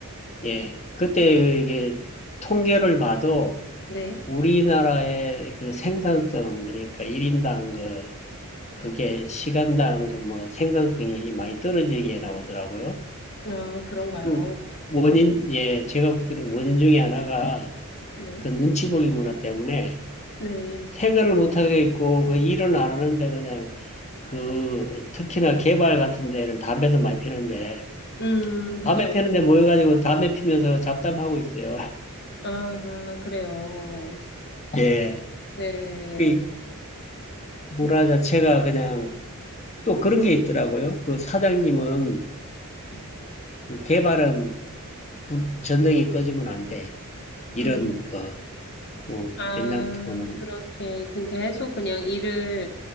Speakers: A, on the left (about 30°); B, on the left (about 50°).
A: 예. 그때 이게 통계를 봐도
B: 네.
A: 우리나라의 그 생산성, 그러니까 일인당 그, 그게 시간당 그 뭐 생산성이 많이 떨어지게 나오더라고요.
B: 아, 그런가요?
A: 그 원인,
B: 음,
A: 예, 제가 볼 때는 원인 중에 하나가
B: 네.
A: 그 눈치 보기 문화 때문에
B: 네.
A: 퇴근을 못하게 있고 그 일은 안 하는데 그냥 그 특히나 개발 같은 데는 담배도 많이 피는데
B: 음, 그쵸.
A: 담배 피는데 모여가지고 담배 피면서 잡담하고 있어요.
B: 아, 그래요.
A: <laughs> 예.
B: 네.
A: 그 문화
B: 음,
A: 자체가 그냥 또 그런 게 있더라고요. 그 사장님은
B: 음.
A: 그 개발은 전등이 꺼지면 안 돼. 이런
B: 음.
A: 그 어,
B: 아,
A: 옛날부터는
B: 그렇게, 그 계속 그냥 일을